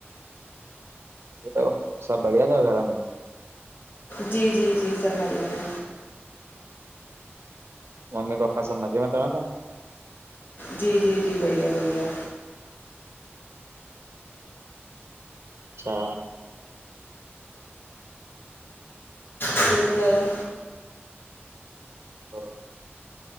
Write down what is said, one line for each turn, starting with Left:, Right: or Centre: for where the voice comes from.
Right: बुधायो सभु बढ़िया थव घर में?
Left: जी जी जी सब मझे में।
Right: ममी पपा सभु मज़े में थव न?
Left: जी जी जी बढ़िया बढ़िया
Right: अच्छा।
Left: ॿियो ॿुधायो?
Right: हा